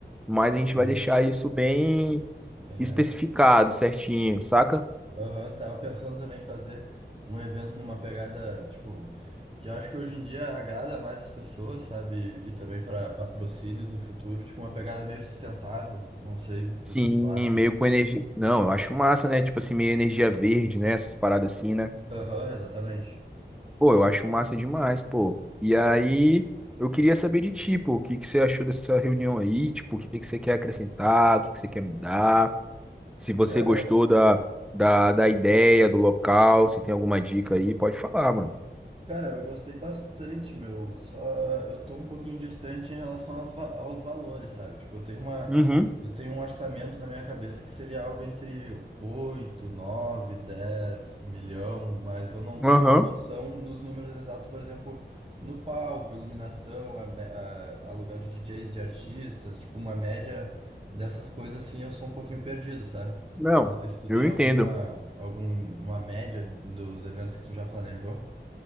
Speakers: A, in the centre; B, on the right.
A: mas a gente
B: sim.
A: vai deixar isso bem
B: Bem,
A: especificado, certinho, saca?
B: Aham, tava pensando também em fazer um evento numa pegada, tipo, que eu acho que hoje em dia agrada mais as pessoas, sabe? E, e também para patrocínios no futuro, tipo, uma pegada meio sustentável. Não sei
A: Sim,
B: o que que tu acha.
A: meio com energia. Não, eu acho massa, né? Tipo assim, meio energia verde, né? Essas paradas assim, né?
B: Aham, exatamente.
A: Pô, eu acho massa demais, pô. E aí, eu queria saber de ti, pô, o que que você achou dessa reunião aí? Tipo, o que que você quer acrescentar? O que que você quer mudar? Se você
B: Cara,
A: gostou da, da, da ideia, do local, se tem alguma dica aí, pode falar, mano.
B: Cara, eu gostei bastante, meu. Só eu tô um pouquinho distante em relação às va- aos valores, sabe? Tipo, eu tenho uma,
A: Uhum,
B: eu tenho um orçamento na minha cabeça que seria algo entre 8 9 10 milhão, mas eu não tenho
A: aham.
B: noção nos números exatos, por exemplo, no palco, iluminação, a, me- a, aluguel de DJs, de artistas, tipo, uma média dessas coisas assim, eu sou um pouquinho perdido, sabe?
A: Não,
B: Não sei se tu
A: eu
B: tem
A: entendo.
B: alguma, alguma média dos eventos que tu já planejou.